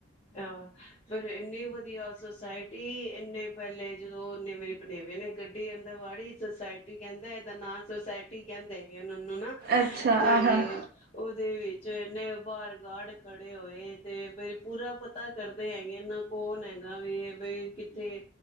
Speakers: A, on the left; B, on the right.
A: ਆਹ ਪਰ ਇੰਨੀ ਵਧ ਦੀ ਆ ਸੋਸਾਇਟੀ ਇੰਨੇ ਪਹਿਲੇ ਜਦੋਂ ਇੰਨੇ ਮੇਰੀ ਪਨੇਵੇਂ ਨੇ ਗੱਡੀ ਅੰਦਰ ਵਾੜੀ ਸੁਸਾਇਟੀ ਕਹਿੰਦਾ ਇਹਦਾ ਨਾਂ ਸੁੋਸਾਇਟੀ ਕਹਿੰਦੇ ਐ ਨੂੰ ਨਾਂ
B: ਅੱਛਾ
A: ਤੇ
B: ਆਹ ਹਮ
A: ਉਹਦੇ ਵਿੱਚ ਇਹਨੇ ਬਾਰ ਗਾਡ ਖੜ ਹੋਏ ਤੇ ਬ ਪੂਰਾ ਪਤਾ ਕਰਦੇ ਹੈਗੇ ਇਹਨਾਂ ਕੋ ਕੌਣ ਹੈਗਾ? ਵੀ ਬਈ ਕਿੱਥੇ